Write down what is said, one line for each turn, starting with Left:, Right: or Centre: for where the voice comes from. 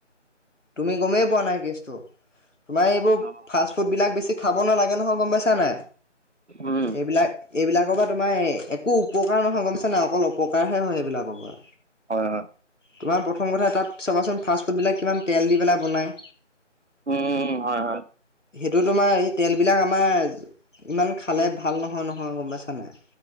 Left: তুমি গমেই পোৱা নাই কেছটো। তোমাৰ এইবোৰ
Right: অ,
Left: ফাষ্ট ফুডবিলাক বেছি খাব নালাগে নহয় গম পাইছা নাই?
Right: উম,
Left: এইবিলাক এইবিলাকৰ পৰা তোমাৰ একো উপকাৰ নহয় গম পাইছা নে অকল অপকাৰহে হয় সেইবিলাকৰ পৰা।
Right: হয়, হয়।
Left: তোমাৰ প্ৰথম কথা তাত চাবাচোন ফাষ্ট ফুডবিলাক কিমান তেল দি পেলাই বনায়।
Right: উম হয় হয়।
Left: সেইটো তোমাৰ এই, তেলবিলাক আমাৰ ইমান খালে ভাল নহয়, নহয় গম পাইছা নাই।